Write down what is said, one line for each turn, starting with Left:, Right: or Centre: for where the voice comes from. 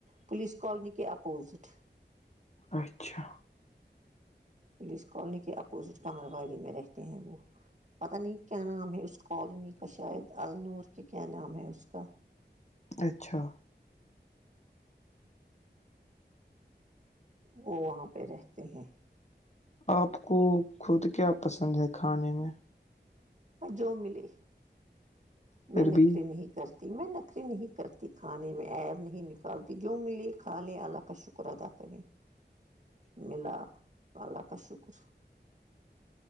Right: پولیس کالونی کے اپوزٹ
Left: اچھا
Right: پولیس کالونی کے اپوزٹ قمرواری میں رہتے ہیں وہ پتہ نہیں کیا نام ہے اس کالونی کا شاید النور کہ کیا نام ہے اس کا
Left: اچھا
Right: وہ وہاں پہ رہتے ہیں
Left: آپ کو خود کیا پسند ہے کھانے میں
Right: ہ جو ملے
Left: پھر
Right: میں نخرے
Left: بھی
Right: نہیں کرتی ت میں نخرے نہیں کرتی کھانے میں عیب نہیں نکالتی جو ملے کھا لے اللہ کا شکر ادا کریں
Left: چوبیس سو <inaudible>
Right: ملا اللہ کا شکر